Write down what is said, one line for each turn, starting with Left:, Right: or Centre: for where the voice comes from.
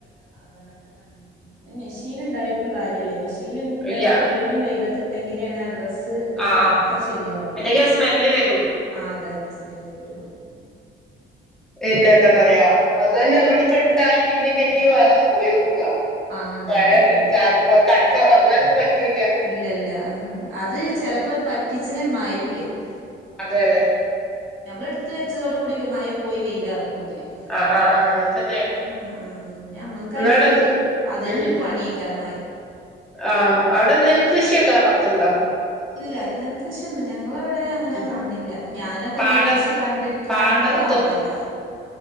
Right: അതാണ് മെഷീൻ ഇണ്ടായിട്ടും കാര്യല്ലേ മെഷീൻ ഇട്ടത്
Centre: ഇല്ല
Right: വീണ്ടും വെയിലത്തിട്ടെങ്കില തന്നെയാണ് ആ ഡ്രസ്സ് ത്
Centre: ആഹ്
Right: ഉണക്കം ശരിയാവുള്ളൂ
Centre: അല്ലെങ്കി ആ സ്മെല്ല് വരും
Right: ആ അതന്നെ സ്മെല്ല് വരും ഉം
Centre: പിന്നെ എന്താ പറയാ അതെന്നെ നമ്മളിപ്പോ ഇട്ടാലും പിന്നിം പിന്നിം മണം പോയോക്കാ
Right: ആ അതന്നെ
Centre: മഴ
Right: ആഹ
Centre: ചാറ്ണ്ടോ കടക്ക
Right: ആഹ
Centre: ഒറങ്ങാനൊന്നും പറ്റൂല്ല
Right: ഇല്ലല്ല ഉ അത് ചിലപ്പോ പറ്റിച്ണെമയിം വരും
Centre: അതെ അതെ
Right: നമ്മൾ എടുത്ത വെച്ചതോട് കൂടി മഴ പോയി വെയില ചെയ്യും
Centre: ആഹ് ആഹ് ആഹ് അങ്ങനെ തന്നെയാണ്
Right: പിന്നെ ഞമ്മക്
Centre: ഇന്നവിടെ
Right: അയ്മ്മക്ക് അതന്നെ
Centre: ഉം
Right: ഒരു പണിയക്കാരം
Centre: ആഹ് അവിടെ നെൽകൃഷിയൊക്കെ ഇണ്ടോ
Right: ഇല്ല നെൽക്ക് കൃഷിയൊന്ന് ഞങ്ങളവിടെ അങ്ങനെ
Centre: ഉം
Right: കാണില്ല ഞാനൊക്കെ
Centre: പാടം
Right: നെൽ കൃഷി കണ്ടിട്ട്
Centre: പാടം
Right: കണ്ടത് ഓർമ്മല്ല